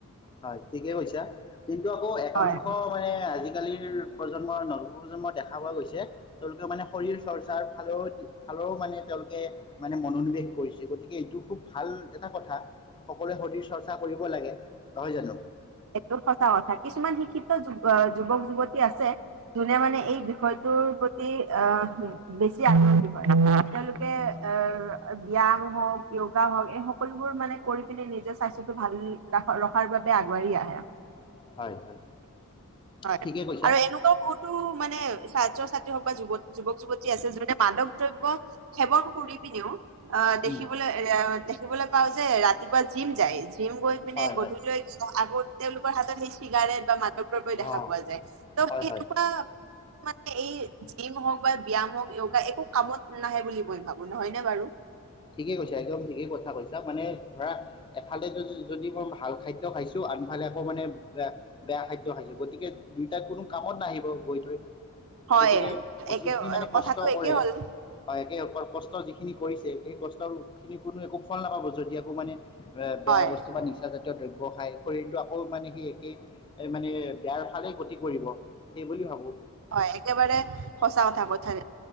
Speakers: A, on the left; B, on the right.
A: হয় থিকেই কৈছা কিন্তু আকৌ একাংশ
B: হয়
A: মানে আজিকা আজিকালিৰ প্ৰজন্মৰ নৱপ্ৰজন্ম দেখা পোৱা গৈছে তেওঁলোকে মানে শৰীৰ চৰ্চাৰ ফালে ফালৰও মানে তেওঁলোকে মানে মনোনিৱেশ কৰিছে গতিকে এইটো খুব ভাল এটা কথা সকলোৱে শৰীৰ চৰ্চা কৰিব লাগে নহয় জানো
B: এইটো সঁচা কথা কিছুমান শিক্ষিত যুৱক যুৱতী আছে জুনে মানে এই বিষয়টোৰ প্ৰতি আহ বেছি আগ্ৰহী হয় তেওঁলোকে আহ ব্য়াম হওক য়োগা হওক এই সকলোবোৰ মানে কৰি পিনে নিজৰ স্বাস্থ্যটো ভাল ৰখাৰ আগ বৰি আহে
A: হয় হয়
B: হয়
A: ঠিকে কৈছা
B: আৰু এনেকুৱাও বহুতো মানে ছাত্ৰ ছাত্ হওক বা যুৱক যুৱতী আছে যোনে মাদক দ্ৰব্য সেৱন কৰি পিনেও অ
A: উম,
B: দেখিবলৈ এ দেখিবলৈ দেখা পও যে ৰাতিপুৱা যিম যাই জিম গৈ পিনে
A: হয় হয়
B: গধূলি লৈ আগত তেওঁলোকে হাতত সেই চিগাৰেট বা মাদক দ্ৰব্য দেখা
A: অঁ
B: পোৱা যায় তো
A: হয়
B: সনেকুৱা
A: হয়
B: মানে এই জিম হওক বা ব্যায়াম হওঁক য়োগা একো কামত নাহে বুলি মই ভাবো নহয় নে বাৰু
A: ঠিকেই কৈছা একদম ঠিকেই কথা কৈছা মানে ধৰা এফালে যদি মই ভাল খাদ্য খাইছো আনফালে আকৌ মানে ব বেয়া খাদ্য খাইছো গতিকে দুইটাত কোনো কামত নাহিব গৈ থৈ
B: হয়
A: গতিকে
B: একে
A: যিখিনি মানে কষ্ট
B: কথাটো
A: কৰে
B: একেই হ'ল
A: একেসকল কষ্ট যিখিনি কৰিছে- সেই কষ্ট, খিনি কোনো একো ফল নাপাব যদি আকৌ মানে- বে, বেয়া
B: হয়
A: বস্তু বা নিচা জাতীয় দ্ৰব্য- ব খায়, শৰীৰৰটো আকৌ মানে কি একেই এ মানে বেয়াৰ ফালে গতি কৰিব। হেই বুলি ভাবোঁ।
B: হয়। একেবাৰে সচাঁ কথা কৈছে।